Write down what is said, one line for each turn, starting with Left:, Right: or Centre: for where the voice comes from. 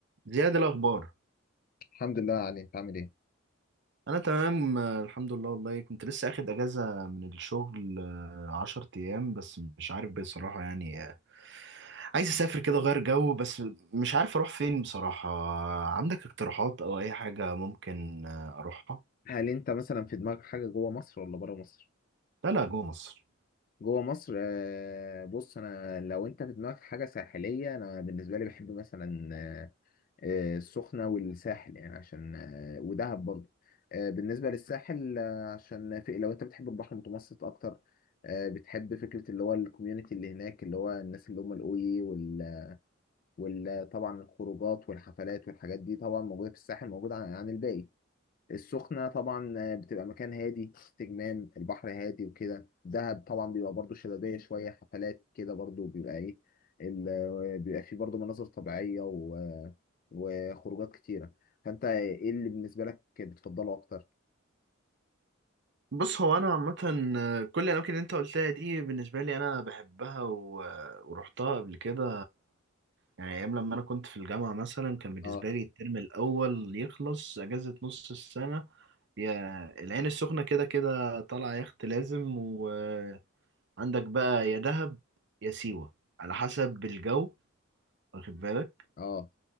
Right: زياد الأخبار
Left: الحمد لله علي انت عامل ايه
Right: أنا تمام آه، الحمد لله والله كنت لسه أخد أجازة من الشغل آه، عشر أيام بس مش عارف بصراحة يعني آه، عايز أسافر كده أغير جو بس مش عارف أروح فين بصراحة آه، عندك اقتراحات أو أي حاجة ممكن آه، أروحها؟
Left: هل انت مثلا في دماغك حاجه جوه مصر ولا بره مصر
Right: لا لا جوه مصر
Left: جوه مصر آه، بص انا لو انت في دماغك حاجه ساحليه انا بالنسبه لي بحب مثلا آه، آه، السخنه والساحل يعني عشان آه، ودهب برضه آه، بالنسبه للساحل آه، عشان في لو انت بتحب البحر المتوسط اكتر آه، بتحب فكره اللي هو الكوميونتي اللي هناك اللي هو الناس اللي هم الاوي وال وال- طبعا الخروجات والحفلات والحاجات دي طبعا موجوده في الساحل موجوده عن عن الباقي السخنة طبعا بتبقى مكان هادي استجمام البحر هادي وكده دهب طبعا بيبقى برضو شبابية شوية حفلات كده برضو بيبقى ايه ال- بيبقى فيه برضو مناظر طبيعية و... وخروجات كتيرة فانت ايه اللي بالنسبة لك بتفضله اكتر؟
Right: بص هو أنا عامة آه، كل الأماكن اللي أنت قلتها دي بالنسبة لي أنا بحبها و- آه، ورحتها قبل كده يعني ايام لما انا كنت في الجامعه مثلا كان بالنسبه
Left: اه
Right: لي الترم الاول يخلص اجازه نص السنه يا العين السخنه كده كده طالعه يخت لازم وعندك بقى يا دهب يا سيوه على حسب الجو واخد بالك
Left: اه